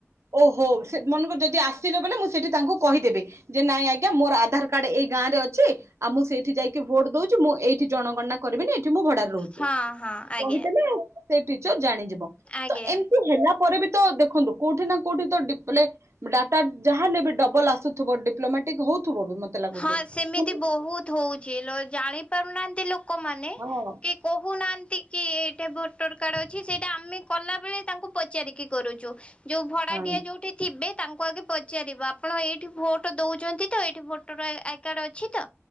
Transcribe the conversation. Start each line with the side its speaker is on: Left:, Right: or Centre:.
Right: ଓହୋ ସେ ମନେକର ଯଦି ଆସିଲେ ବୋଲେ ମୁଁ ସେଠି ତାଙ୍କୁ କହିଦେବି ଯେ ନାଇଁ ଆଜ୍ଞା ମୋର ଆଧାର କାର୍ଡ ଏଇ ଗାଁରେ ଅଛି ଆଉ ମୁଁ ସେଇଠି ଯାଇକି ଭୋଟ ଦଉଛି। ମୁଁ ଏଇଠି ଜଣଗଣନା କରିବିନି ଏଠି ମୁଁ ଭଡାରେ ରହୁଛି।
Left: ହଁ ହଁ ଆଜ୍ଞା
Right: କହିଦେଲେ ସେ ଟିଚର ଜାଣିଯିବ।
Left: ଆଜ୍ଞା
Right: ତ ଏମ ହେଲା ପରେ ବି ତ ଦେଖନ୍ତୁ, କୋଉଠି ନା କୋଉଠି ତ ଡିପ୍ଲେଗ ଡାଟା ଯାହାନେବେ ଡବଲ ଆସୁଥବ। ଡିପ୍ଲୋମାଟିକ ହଉଥବ। ମତେ ଲାଗୁଛି
Left: ହଁ ସେମିତି
Right: ହଁ
Left: ବୋହୁତ୍ ହଉଛି ଲୋ ଜାଣି ପାରୁନାହାନ୍ତି ଲୋକମାନେ,
Right: ହଁ
Left: କି କହୁନାହାନ୍ତି କି ଏଇଟା ଭୋଟର କାର୍ଡ ଅଛି, ସେଇଟା ଆମେ କଲା ବେଳେ ତାଙ୍କୁ ପଚାରିକି କରୁଛୁ। ଯୋଉ ଭଡ଼ାଟିଆ
Right: ହଁ
Left: ଯଉଠି ଥିବେ, ତାଙ୍କୁ ଆଗେ ପଚାରିବ ଆପଣ ଏଇଠି ଭୋଟ ଦଉଛନ୍ତି ତ? ଏଇଠି ଟର ଆଇ କାର୍ଡ ଅଛି ତ?